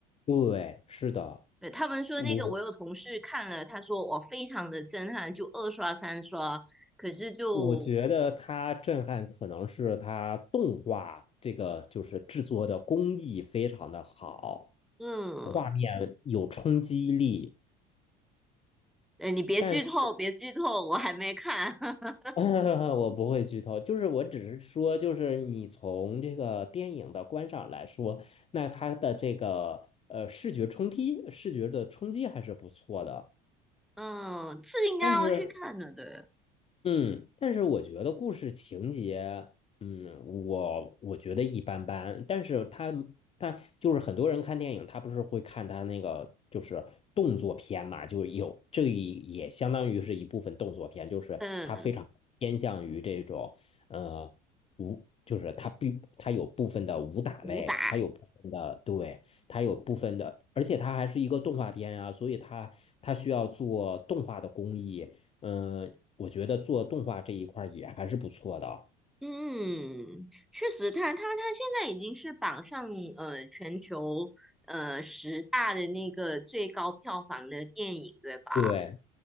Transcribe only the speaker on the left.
对，是的。
我。
我觉得它震撼可能是它动画这个就是制作的工艺非常的好，
画面有冲击力。
但是
<laughs> 我不会剧透，就是我只是说，就是你从这个电影的观赏来说，那它的这个呃视觉冲击、视觉的冲击还是不错的。
但是
嗯，但是我觉得故事情节，嗯，我我觉得一般般。但是他他就是很多人看电影，他不是会看他那个就是动作片嘛，就有这一也相当于是一部分动作片，就是他非常偏向于这种呃武，
就是他必他有部分的武打类，
他有部分的对，他有部分的，而且他还是一个动画片啊，所以他他需要做动画的工艺。嗯，呃我觉得做动画这一块儿也还是不错的。
对